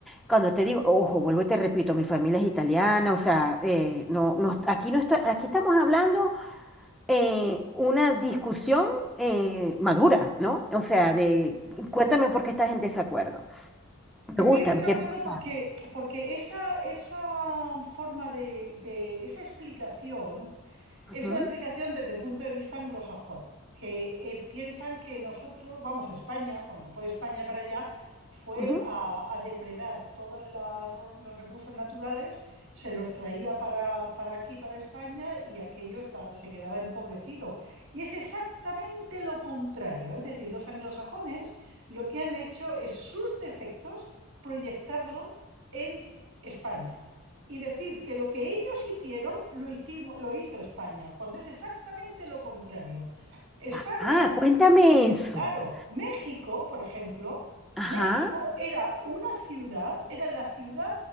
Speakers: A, in the centre; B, on the right (about 65°).
A: cuando te digo, ojo, vuelvo y te repito, mi familia es italiana, o sea, eh, no, no- aquí, no está, aquí estamos hablando eh, una discusión eh, madura, ¿no? O sea, de, cuéntame por qué estás en desacuerdo.
B: Estoy
A: Me gusta,
B: en desacuerdo
A: me quiero escuchar.
B: porque, porque esa, esa forma de, de- esa explicación es
A: Ujú,
B: una explicación desde el punto de vista anglosajón, que eh, piensan que nosotros, vamos, España, cuando fue España para allá, fue
A: ujú.
B: a, a depredar todos las- los recursos naturales, se los traía para, para aquí, para España, y aquello está- se quedaba empobrecido. Y es exactamente lo contrario, es decir, los anglosajones lo que han hecho es sus defectos proyectarlo en España y decir que lo que ellos hicieron lo, hicimos, lo hizo España, cuando es exactamente lo contrario. España,
A: Ah, ah, cuéntame eso.
B: claro, México, por ejemplo,
A: Ajá.
B: México era una ciudad, era la ciudad